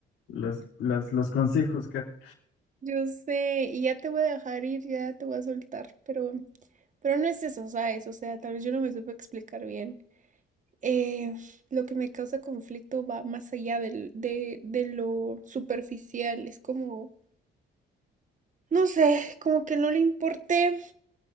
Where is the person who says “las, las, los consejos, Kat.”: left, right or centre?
Left